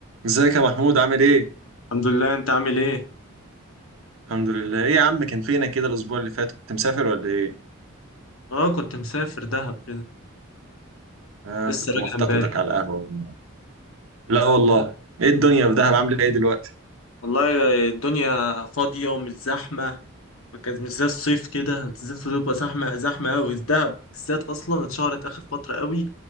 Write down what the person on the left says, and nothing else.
الحمد لله انت عامل ايه
اه كنت مسافر دهب كده
لسه
راجع
امبارح
والله الدنيا فاضيه ومش زحمه فكانت مش زي الصيف كده الصيف بتبقى زحمه زحمه قوي دهب بالذات اصلا اتشهرت اخر فتره قوي